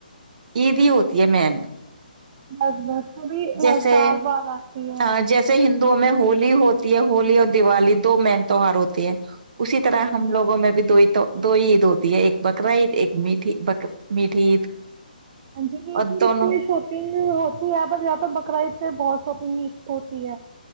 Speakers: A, on the right; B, on the right.
A: عید ہی ہوتی ہے مین
B: بہت بہت ابھی
A: جیسے
B: سال بعد آتی ہے
A: ہاں جیسے ہندوؤں میں ہولی ہوتی ہے ہولی اور دیوالی دو مین تیوہار ہوتے ہیں اسی طرح
B: ہاں جی
A: ہم لوگوں میں بھی دوئی تو دو عید ہوتی ہے ایک بقرا عید ایک میٹھی ب میٹھی عید
B: <inaudible> ہوتی
A: اور دونوں
B: ہے پر جہاں تر بکرا عید پہ بہت شاپنگ ہوتی ہے